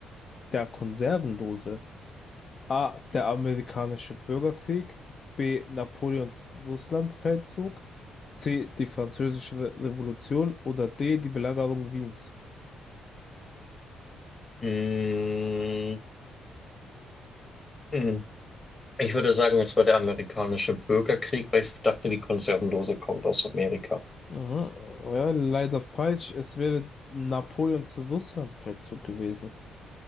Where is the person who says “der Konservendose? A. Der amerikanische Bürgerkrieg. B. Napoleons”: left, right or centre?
Left